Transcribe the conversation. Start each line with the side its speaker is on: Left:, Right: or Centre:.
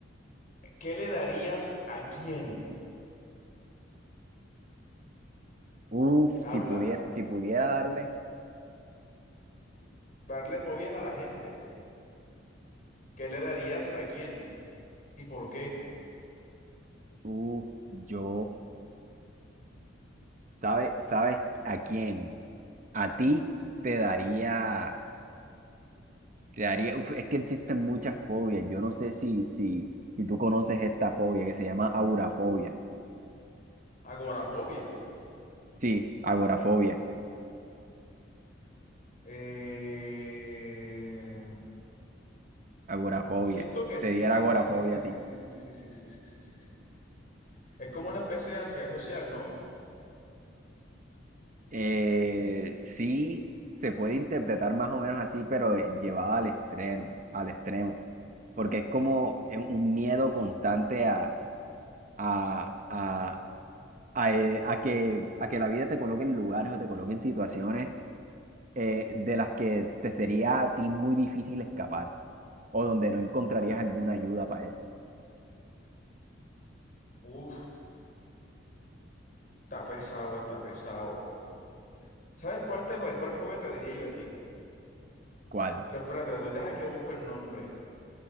Left: ¿qué le darías a quién?
Right: Uf,
Left: Habla,
Right: si pudiera, si pudiera darle,
Left: darle fobias a la gente. ¿Qué le darías a quién? ¿Y por qué?
Right: uf, yo, ¿sabes, sabes a quién? A ti te daría Te daría, uf, es que existen muchas fobias. Yo no sé si, si, si tú conoces esta fobia que se llama agorafobia.
Left: Agorafobia.
Right: Sí, agorafobia,
Left: Eh,
Right: agorafobia.
Left: Siento que sí,
Right: Te diera
Left: sí,
Right: agorafobia
Left: sí, sí, sí,
Right: a ti.
Left: sí, sí, sí, sí, sí, sí, sí, sí, sí, sí. Es como una especie de ansiedad social, ¿no?
Right: Eh, sí, se puede interpretar más o menos así, pero llevada al extremo, al extremo. Porque es como eh, un miedo constante a, a, a, a, eh, a que, a que la vida te coloque en lugares o te coloque en situaciones eh, de las que te sería a ti muy difícil escapar o donde no encontrarías alguna ayuda para él.
Left: Uf, está pesado, está pesado. ¿Sabes cuál te, cuál fobia te diría yo a ti?
Right: ¿Cuál?
Left: Pero espérate, voy, deja que busco el nombre.